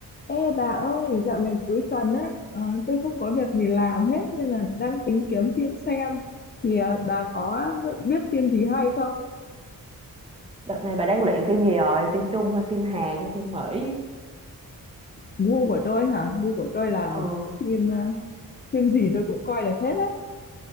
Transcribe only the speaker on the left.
Ê bà ơi, dạo này cuối tuần á, ờ, tôi không có việc gì làm hết nên là đang tính kiếm phim xem. Thì ờ, bà có biết phim gì hay không?
Gu của tôi hả? Gu của tôi là
phim ờ, phim gì tôi cũng coi được hết á.